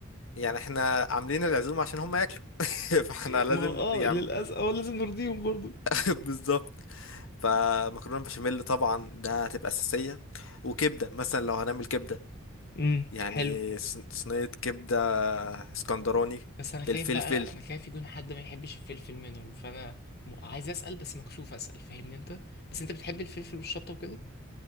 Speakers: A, on the left; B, on the left.
A: يعني احنا عاملين العزومة عشان هم ياكلوا <laughs> فاحنا
B: إيه،
A: لازم
B: ما هو اه
A: يعني
B: للاسف اه لازم نرضيهم برضو
A: <laughs> بالظبط فمكرونة بشاميل طبعا ده هتبقى أساسية وكبدة مثلا لو هنعمل كبدة
B: امم
A: يعني
B: حلو
A: ص- صينية كبدة اسكندراني
B: بس انا خايف
A: بالفلفل
B: بقى انا خايف يكون حد ما يحبش الفلفل منهم فانا م- عايز اسال بس مكسوف اسال فاهمني انت بس انت بتحب الفلفل والشطه وكده